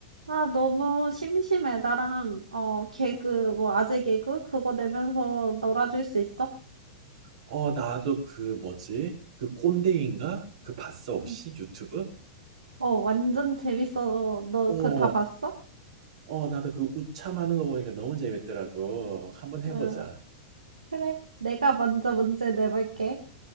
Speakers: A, on the right; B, on the right.
A: 아, 너무 심심해. 나랑, 어, 개그, 뭐, 아재 개그? 그거 내면서 놀아줄 수 있어?
B: 어, 나도 그 뭐지? 그 꼰대인가? 그 봤어, 혹시?
A: 응.
B: 유튜브?
A: 어, 완전 재밌어. 너
B: 어,
A: 그거 다 봤어?
B: 어, 나도 그 우참 하는 거 보니까 너무 재밌더라고. 한번 해보자.
A: 응. 그래. 내가 먼저 문제 내볼게.